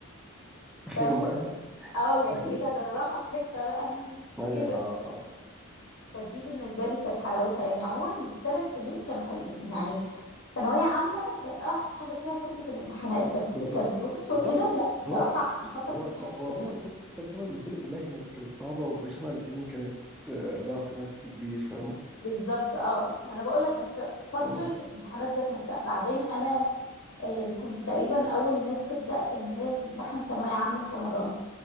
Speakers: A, in the centre; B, on the left.
A: <laughs> اخيرا
B: فاهم
A: بقى
B: اه يعني
A: اخيرا
B: ايه ده ده انا رايحة في حتة بقى <laughs>
A: ايوه
B: كده
A: اه اه
B: فدي بالنسبة لي كانت حلاوتها يعني عموما الثلاث سنين كانوا حلوين يعني ثانوية عامة كانت أوحش حاجة فيها فترة الامتحانات بس
A: بالظبط
B: كدروس وكده
A: الضغط
B: لا بصراحة
A: هو
B: أنا حتى
A: هو
B: كنت بحب
A: لا
B: الدروس
A: هو عموما تالت تالت ثانوي بالنسبة لي كلها كانت كانت صعبة ورخمة لأن كانت آه، ضغط نفسي كبير فاهمة
B: بالظبط اه ما أنا بقولك بس فترة
A: امم
B: الامتحانات ذات نفسها بعدين أنا آه كنت تقريبا أول ناس تبدأ إن هي تمتحن ثانوية عامة في رمضان